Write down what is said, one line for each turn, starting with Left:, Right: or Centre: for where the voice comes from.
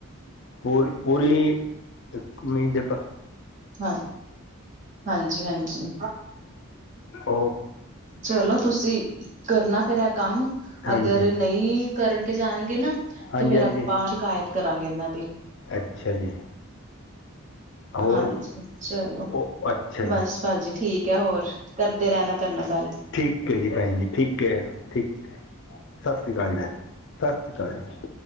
Left: ਪੂਰੀ ਪੂਰੀ ਮ ਦੇ ਪ
Right: ਹਾਂ ਹਾਂਜੀ ਹਾਂਜੀ
Left: ਆਹੋ
Right: ਚਲੋ ਤੁਸੀਂ ਕਰਨਾ ਫੇਰ ਇਹ ਕੰਮ
Left: ਹਾਂਜੀ
Right: ਅਗਰ ਨਹੀਂ ਕਰਕੇ ਜਾਣਗੇ ਨਾ
Left: ਹਾਂਜੀ
Right: ਤੇ ਫੇਰ
Left: ਹਾਂਜੀ
Right: ਆਪਾਂ ਸ਼ਿਕਾਇਤ ਕਰਾਂਗੇ ਇਹਨਾਂ ਦੀ
Left: ਅੱਛਾ ਜੀ, ਹੋਰ
Right: ਹਾਂਜੀ, ਚਲੋ
Left: ਉਹ ਅੱਛਾ ਜੀ
Right: ਬਸ ਭਾਜੀ ਠੀਕ ਐ, ਹੋਰ ਕਰਦੇ ਰਹਿਣਾ ਕਰਨਾ ਗੱਲ
Left: ਠੀਕ ਹੈ ਜੀ ਭੈਣ ਜੀ ਠੀਕ ਹੈ। ਠੀਕ ਹੈ ਸਤਿ ਸ਼੍ਰੀ ਅਕਾਲ ਜ ਸਤਿ ਸ਼੍ਰੀ ਅਕਾਲ ਜੀ